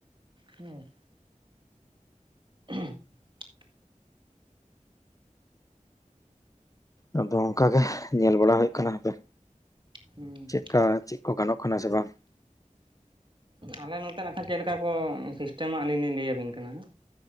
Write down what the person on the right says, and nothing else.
ᱦᱮᱸ <inaudible>
ᱦᱮᱸ
ᱟᱞᱮ ᱱᱚᱛᱮ ᱠᱷᱟᱱ ᱪᱮᱫᱠᱟ ᱠᱚ ᱥᱤᱥᱴᱮᱢᱟ ᱟᱹᱞᱤᱧ ᱞᱤᱧ ᱞᱟᱹᱭ ᱟᱵᱤᱱ ᱠᱟᱱᱟ ᱦᱟᱸᱜ᱾